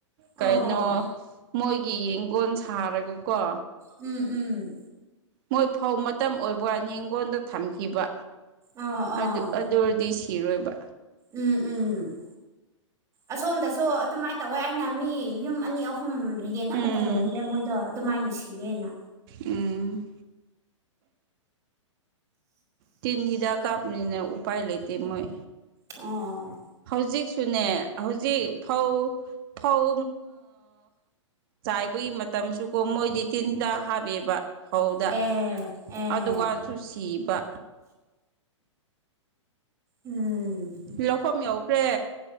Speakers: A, on the right; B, on the right.
A: ꯀꯩꯅꯣ
B: ꯑꯣ
A: ꯃꯣꯏꯒꯤ ꯌꯦꯡꯒꯣꯟ ꯁꯥꯔꯒꯀꯣ
B: ꯎꯝ ꯎꯝ
A: ꯃꯣꯏ ꯐꯧ ꯃꯇꯝ ꯑꯣꯏꯕ ꯌꯦꯡꯒꯣꯟꯗ ꯊꯝꯈꯤꯕ
B: ꯑꯣ ꯑꯣ
A: ꯑꯗꯨ ꯑꯗꯨ ꯑꯣꯏꯔꯗꯤ ꯁꯤꯔꯣꯏꯕ
B: ꯎꯝ ꯎꯝ ꯑꯁꯣꯝꯗꯁꯨ ꯑꯗꯨꯃꯥꯏꯅ ꯇꯧꯋꯦ ꯍꯥꯏꯅ ꯃꯤ ꯌꯨꯝ ꯑꯅꯤ ꯑꯨꯝ ꯁꯨꯝ ꯌꯦꯟ ꯑꯃꯠꯇ
A: ꯎꯝ
B: ꯂꯣꯏꯗꯦ ꯃꯣꯏꯗꯣ ꯑꯗꯨꯃꯥꯏꯅ ꯁꯤꯒꯦꯅ
A: ꯎꯝ ꯇꯤꯅꯤꯗꯥ ꯀꯥꯄꯅꯤꯅ ꯎꯄꯥꯥꯏ ꯂꯩꯦꯇ ꯃꯣꯏ
B: ꯑꯣ
A: ꯍꯧꯖꯤꯛꯁꯨꯅꯦ ꯍꯧꯖꯤꯛ ꯐꯧ ꯐꯧ ꯆꯥꯏꯕꯒꯤ ꯃꯇꯝꯁꯨꯀꯣ ꯃꯣꯏꯗꯤ ꯇꯤꯟ ꯍꯤꯗꯥꯛ ꯍꯥꯞꯄꯦꯕ ꯐꯧꯗ
B: ꯑꯦ ꯑꯦ
A: ꯑꯗꯨꯀꯥꯟꯁꯨ ꯁꯤꯕ
B: ꯎꯝ
A: ꯂꯧꯐꯝ ꯌꯧꯈ꯭ꯔꯦ